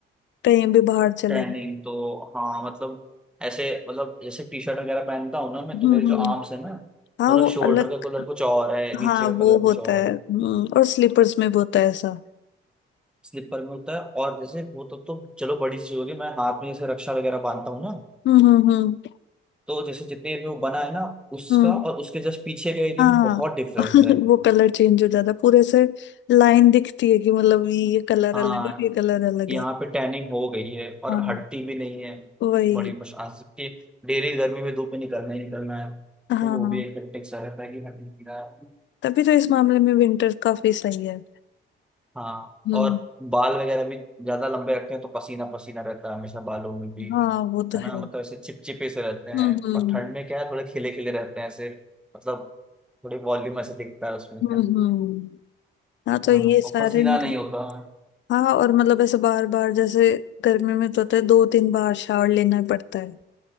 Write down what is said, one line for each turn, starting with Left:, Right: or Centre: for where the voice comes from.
Left: कहीं भी बाहर चले
Centre: टैनिंग तो हाँ मतलब ऐसे मतलब जैसे टी शर्ट वगैरह पहनता हूँ ना मैं
Left: हम्म
Centre: तो मेरे जो
Left: हम्म
Centre: आर्म्स है ना
Left: हाँ
Centre: मतलब
Left: वो
Centre: शोल्डर
Left: अलग
Centre: का कलर कुछ और है नीचे
Left: हाँ
Centre: का
Left: वो
Centre: कलर
Left: होता
Centre: कुछ और
Left: है हम्म
Centre: है
Left: और स्लीपर्स में भी होता है ऐसा
Centre: स्लीपर में होता है और जैसे वो तो, तो चलो बड़ी चीज होगी मैं हाथ में जैसे रक्षा वगैरह बांधता हूँ ना
Left: हम्म हम्म हम्म
Centre: तो जैसे जितने एरिया में बना है ना उसका
Left: हम्म,
Centre: और उसके जस्ट पीछे के एरिया
Left: हाँ
Centre: में बहुत डिफरेंस
Left: <laughs>
Centre: है
Left: वो कलर चेंज हो जाता है पूरे से लाइन दिखती है कि मतलब ये कलर
Centre: हाँ
Left: अलग है ये कलर अलग
Centre: यहाँ
Left: है
Centre: पे टैनिंग हो गई है और
Left: हाँ
Centre: हटती भी नहीं है
Left: वही
Centre: बड़ी मुश्किल से डेली गर्मी में धूप में निकलना ही निकलना है तो
Left: हाँ
Centre: वो भी एक हेक्टिक सा रहता है कि हट ही नहीं रहा है।
Left: तभी तो इस मामले में विंटर काफी सही है
Centre: हाँ
Left: हम्म
Centre: और बाल वगैरह भी ज्यादा लंबे रखते हैं तो पसीना पसीना रहता है हमेशा बालों में भी
Left: हाँ वो तो
Centre: है ना
Left: है
Centre: मतलब ऐसे चिपचिपे से रहते हैं
Left: हम्म हम्म
Centre: और ठंड में क्या है थोड़े खिले खिले रहते हैं ऐसे मतलब थोड़ी वॉल्यूम ऐसे दिखता है उसमें
Left: हम्म हम्म। हाँ
Centre: हाँ
Left: तो ये सारे
Centre: और पसीना
Left: मतलब
Centre: नहीं होता है
Left: हाँ और मतलब ऐसे बार बार जैसे गर्मी में तो होता है दो तीन बार शावर लेना पड़ता है